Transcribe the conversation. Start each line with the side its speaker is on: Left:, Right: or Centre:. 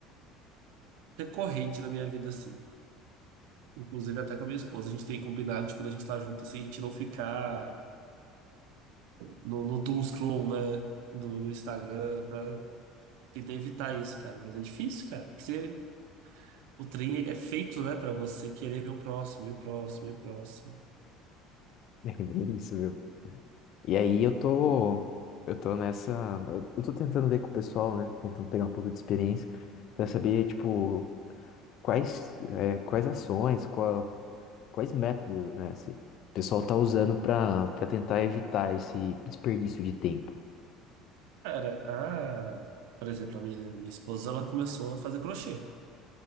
Right: recorrente na minha vida, assim. Inclusive até com a minha esposa. A gente tem combinado de quando a gente tá junto, assim, a gente não ficar no, no doom scroll, né? Do, do Instagram, pra tentar evitar isso, cara. Mas é difícil, cara. Porque você- o trem, ele é feito, né, pra você querer ver o próximo, e o próximo, e o próximo.
Left: <laughs> É bem isso, viu? E aí eu tô, eu tô nessa, eu tô tentando ver com o pessoal, né? Tentando pegar um pouco de experiência para saber, tipo, quais, é, quais ações, qual, quais métodos, né? se o pessoal tá usando para para tentar evitar esse desperdício de tempo.
Right: Cara, a, por exemplo, a minha, minha esposa, ela começou a fazer crochê